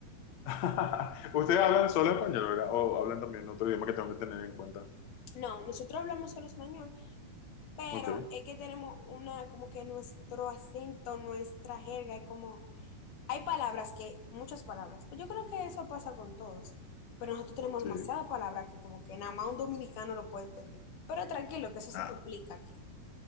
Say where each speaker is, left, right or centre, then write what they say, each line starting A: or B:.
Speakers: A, on the left; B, on the left.
A: <laughs> Ustedes hablan solo español, ¿verdad? O hablan también otro idioma que tengo que tener en cuenta.
B: No, nosotros hablamos solo español, pero
A: Ok,
B: es que tenemos una, como que nuestro acento, nuestra jerga, es como, hay palabras que, muchas palabras, yo creo que eso pasa con todos, pero nosotros tenemos
A: sí.
B: demasiadas palabras que como que nada más un dominicano lo puede entender. Pero tranquilo, que eso se
A: Ah.
B: te explica aquí.